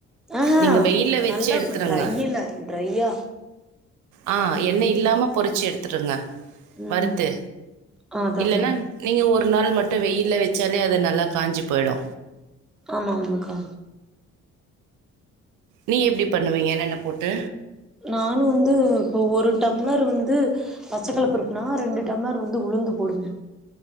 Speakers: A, in the centre; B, on the right (about 80°).
A: ஆஹ
B: நீங்கள்
A: ஹ
B: வெயிலில் வச்சு
A: நல்லா
B: எடுத்துருங்க
A: டிரையீல டிரையா
B: ஆ என்ன இல்லாம பொறிச்சு எடுதுடுங்க
A: ம்
B: வருத்து
A: அதா
B: இல்லன்னா
A: அதா
B: நீங்க ஒரு ஒரு நாள் மட்டு வெய்யில வெச்சாலே அது நல்லா காஞ்சு போயிடு
A: ஆமா ஆமாக்கா
B: நீ எப்படி பண்ணுவ என்னென்ன போட்டு
A: நானு வந்து இப்போ ஒரு டம்ளர் வந்து பச்சக்கல்ல பருப்புனா ரெண்டு டம்ளர் வந்து உளுந்து போடுவ